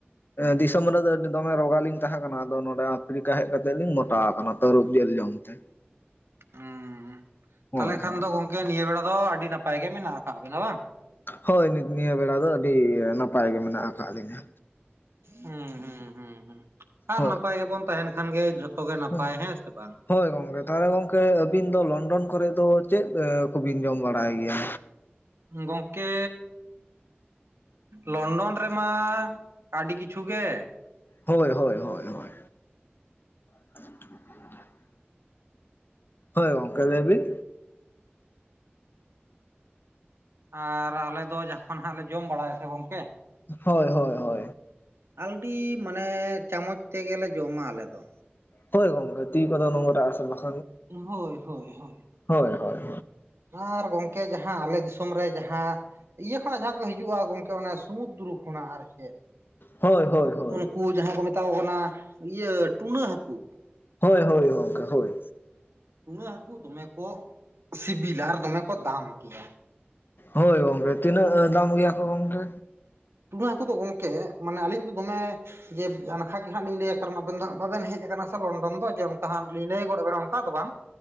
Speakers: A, on the left; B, on the right.
A: ᱫᱤᱥᱚᱢ ᱨᱮᱫᱚ ᱟᱹᱰᱤ ᱫᱚᱢᱮ ᱨᱚᱜᱟ ᱞᱤᱧ ᱛᱟᱦᱮᱸ ᱠᱟᱱᱟ ᱟᱫᱚ ᱱᱚᱰᱮ <inaudible> ᱟᱯᱷᱨᱤᱠᱟ ᱦᱮᱡ ᱠᱟᱛᱮᱫ ᱞᱤᱧ ᱢᱚᱴᱟ ᱟᱠᱟᱱᱟ ᱛᱟᱹᱨᱩᱵ ᱧᱮᱞ ᱡᱚᱢ ᱛᱮ᱾
B: ᱦᱩ
A: ᱦᱳᱭ
B: ᱛᱟᱦᱚᱞᱮ ᱠᱷᱟᱱ
A: ᱦᱳᱭ
B: ᱫᱚ ᱜᱚᱝᱠᱮ ᱱᱤᱭᱟᱹ ᱵᱮᱲᱟ ᱫᱚ ᱟᱹᱰᱤ ᱱᱟᱯᱟᱭ ᱜᱮ ᱢᱮᱱᱟᱜ ᱟᱠᱟᱜ ᱵᱮᱱᱟ ᱵᱟᱝ?
A: ᱦᱳᱭ ᱱᱤᱛ ᱱᱤᱭᱟᱹ ᱵᱮᱲᱟ ᱫᱚ ᱟᱹᱰᱤ ᱱᱟᱯᱟᱭ ᱜᱮ ᱢᱮᱱᱟᱜ ᱟᱠᱟᱫ ᱞᱤᱧᱟ᱾
B: ᱦᱩᱸ ᱦᱩᱸ ᱦᱩᱸ ᱦᱩᱸ ᱟᱨ
A: ᱦᱳᱭ
B: ᱱᱟᱯᱟᱭ ᱜᱮᱵᱚᱱ ᱛᱟᱦᱮᱱ ᱠᱷᱟᱱ ᱜᱮ ᱡᱷᱚᱛᱚ ᱜᱮ ᱱᱟᱯᱟᱭ,
A: ᱦᱩᱸ
B: ᱦᱮᱸ ᱥᱮ ᱵᱟᱝ?
A: ᱦᱳᱭ ᱜᱚᱝᱠᱮ ᱛᱟᱦᱚᱞᱮ ᱜᱚᱝᱠᱮ ᱟᱵᱤᱱ ᱫᱚ ᱞᱚᱱᱰᱚᱱ ᱠᱚᱨᱮᱜ ᱫᱚ ᱪᱮᱫᱽ ᱮ ᱠᱚᱵᱤᱱ ᱡᱚᱢ ᱵᱟᱲᱟᱭ ᱜᱮᱭᱟ?
B: ᱜᱚᱝᱠᱮ ᱞᱚᱱᱰᱚᱱ ᱨᱮᱢᱟ ᱟᱹᱰᱤ ᱠᱤᱪᱷᱩ ᱜᱮ᱾
A: ᱦᱳᱭ ᱦᱳᱭ ᱦᱳᱭ ᱦᱳᱭ᱾ <inaudible> ᱦᱳᱭ ᱜᱚᱝᱠᱮ ᱞᱟᱹᱭ ᱵᱤᱱ
B: ᱟᱨ ᱟᱞᱮ ᱫᱚ ᱡᱚᱠᱷᱚᱱ ᱦᱟᱸᱜ ᱞᱮ ᱡᱚᱢ ᱵᱟᱲᱟᱭᱟ ᱥᱮ ᱜᱚᱢᱠᱮ,
A: ᱦᱳᱭ ᱦᱳᱭ ᱦᱳᱭ᱾
B: ᱟᱞᱰᱤ ᱢᱟᱱᱮ ᱪᱟᱢᱚᱪ ᱛᱮᱜᱮᱞᱮ ᱡᱚᱢᱟ ᱟᱞᱮ ᱫᱚ᱾
A: ᱦᱚᱭ ᱜᱚᱝᱠᱮ, ᱛᱤ ᱠᱚᱫᱚ ᱱᱚᱝᱨᱟ ᱟᱥᱮ‌ ᱵᱟᱝ᱾
B: ᱦᱳᱭ ᱦᱳᱭ ᱦᱳᱭ᱾
A: ᱦᱳᱭ ᱦᱳᱭ᱾
B: ᱟᱨ ᱜᱚᱝᱠᱮ ᱡᱟᱸᱦᱟ ᱟᱞᱮ ᱫᱤᱥᱚᱢ ᱨᱮ ᱡᱟᱸᱦᱟ, ᱤᱭᱟᱹ ᱠᱷᱚᱱᱟᱜ ᱡᱟᱸᱦᱟᱸ ᱠᱚ ᱦᱤᱡᱩᱜᱼᱟ ᱜᱚᱝᱠᱮ ᱚᱱᱮ ᱥᱚᱢᱩᱫᱨᱩ ᱠᱷᱚᱱᱟᱜ ᱟᱨ ᱪᱮᱫ,
A: ᱦᱳᱭ
B: <inaudible>
A: ᱦᱳᱭ ᱦᱳᱭ
B: ᱩᱱᱠᱩ ᱠᱩ ᱡᱟᱸᱦᱟᱸᱭ ᱠᱚ ᱢᱮᱛᱟ ᱠᱚ ᱠᱟᱱᱟ, ᱤᱭᱟᱹ ᱴᱩᱱᱟᱹᱜ ᱦᱟᱹᱠᱩ᱾
A: ᱦᱳᱭ ᱦᱳᱭ ᱚᱱᱠᱟ ᱦᱳᱭ᱾
B: ᱴᱩᱱᱟᱹ ᱦᱟᱹᱠᱩ ᱫᱚᱢᱮ ᱠᱚ ᱥᱤᱵᱤᱞᱟ ᱟᱨ ᱫᱚᱢᱮ ᱠᱚ ᱫᱟᱢ ᱜᱮᱭᱟ᱾
A: ᱦᱳᱭ ᱜᱚᱢᱠᱮ ᱛᱤᱱᱟᱹᱜ ᱫᱟᱢ ᱦᱩᱭ ᱟᱠᱚ ᱜᱚᱢᱠᱮ᱾
B: ᱴᱩᱱᱟᱹ ᱦᱟᱹᱠᱩ ᱫᱚ ᱜᱚᱢᱠᱮ ᱢᱟᱱᱮ ᱟᱹᱞᱤᱧ ᱫᱚ ᱫᱚᱢᱮ ᱡᱮ ᱟᱱᱠᱷᱟ ᱜᱮ ᱦᱟᱸᱜ ᱞᱤᱧ ᱞᱟᱹᱭᱟ ᱠᱟᱨᱚᱱ ᱟᱵᱮᱱ ᱫᱚ ᱵᱟᱵᱮᱱ ᱦᱮᱡ ᱟᱠᱟᱱᱟ ᱥᱮ ᱞᱚᱱᱰᱚᱱ ᱫᱚ ᱡᱮ, <unintelligible> ᱞᱤᱧ ᱞᱟᱹᱭ ᱜᱚᱫ ᱵᱮᱱᱟ ᱚᱱᱠᱟ ᱫᱚ ᱵᱟᱝ,